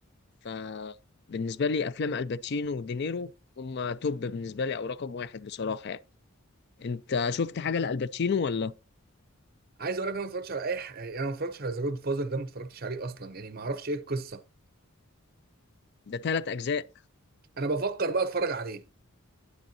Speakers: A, on the left; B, on the right.
A: فبالنسبة لي افلام الباتشينو ودينيرو هما توب بالنسبة لي او رقم واحد بصراحة يعني انت شفت حاجة لالباتشينو ولا
B: عايز اقول لك انا ما اتفرجتش على اي ح... يعني انا ما اتفرجتش على ذا جود فازر ده ما اتفرجتش عليه اصلا يعني ما اعرفش ايه القصة
A: ده تلات اجزاء
B: انا بفكر بقى اتفرج عليه